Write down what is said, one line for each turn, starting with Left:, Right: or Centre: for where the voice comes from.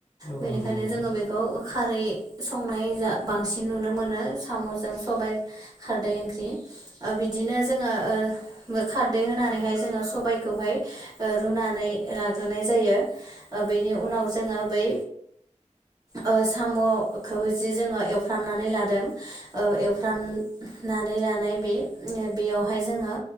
Left: औ
Right: बेनिखायनो
Left: नंगौ नोंथां
Right: जोङो बेखौ खारै संनाय बांसिन नुनो मोनो साम'जों सबाय खारदै ओंख्रि बिदिनो जोङो ओह‌ खारदै होनानैहाय जोङो सबायखौहाय ओ रुनानै लाग्रोनाय जायो बेनि उनाव जोङो बै ओह साम'खौ जि जोङो एवफ्रामनानै लादों ओ एवफ्रामनानै लानाय बे बेयावहाय जोङो